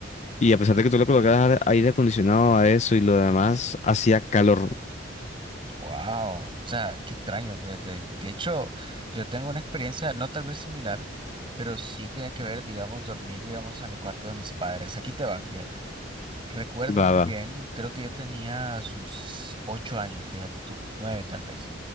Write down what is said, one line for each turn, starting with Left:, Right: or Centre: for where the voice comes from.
Left: Y a pesar de que tú le colocabas aire acondicionado a eso y lo demás, hacía calor,
Right: Wow, o sea, qué extraño, fíjate. De hecho, yo tengo una experiencia, no tal vez similar, pero sí tiene que ver, digamos, dormir, digamos, en el cuarto de mis padres. Aquí te va, fíjate. Recuerdo
Left: baba.
Right: muy bien, creo que yo tenía sus ocho años, fíjate tú, nueve tal vez.